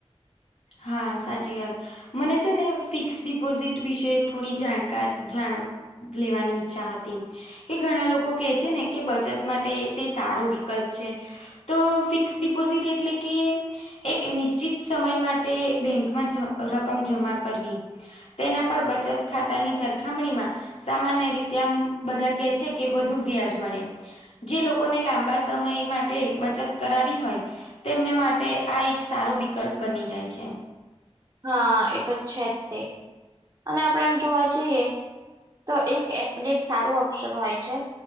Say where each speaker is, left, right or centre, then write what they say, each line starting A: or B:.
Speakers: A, on the left (about 70°); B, on the right (about 30°).
A: હા સાચી વાત મને છે ને ફિક્સ ડિપોઝિટ વિશે થોડી જાણકાર જાણ લેવાની ઈચ્છા હતી કે ઘણા લોકો કેહે છે ને કે બચત માટે તે સારો વિકલ્પ છે તો ફિક્સ ડિપોઝિટ એટલે કે એક નિશ્ચિત સમય માટે તે બેંકમાં રકમ જમા કરવી તેના પર બચત ખાતાની સરખામણીમાં સામાન્ય રીતે આમ બધા કે છે કે વધુ વ્યાજ મળે જે લોકોને લાંબા સમય માટે બચત કરાવી હોય તેમને માટે આ એક સારો વિકલ્પ બની જાય છે
B: હા એ તો જ છે જ તે અને આપણેે એમ જોવા જઈએ તો એક એફડી એક સારું ઓપ્શન હોય છે